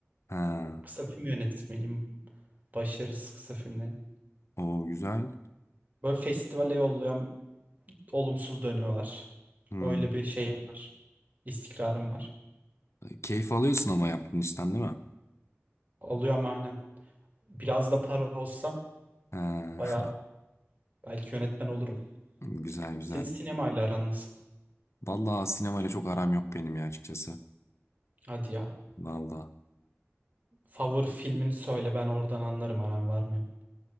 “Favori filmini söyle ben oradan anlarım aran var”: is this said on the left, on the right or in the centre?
Right